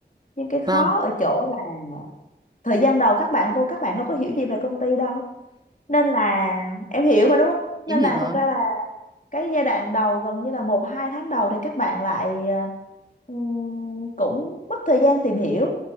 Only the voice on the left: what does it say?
nhưng cái khó
ở chỗ là thời gian đầu các bạn vô các bạn đâu có hiểu gì về công ty đâu nên là em hiểu mà đúng không nên
là
thật ra là cái giai đoạn đầu gần như là một hai tháng đầu thì các bạn lại ờ, ừm, cũng mất thời gian tìm hiểu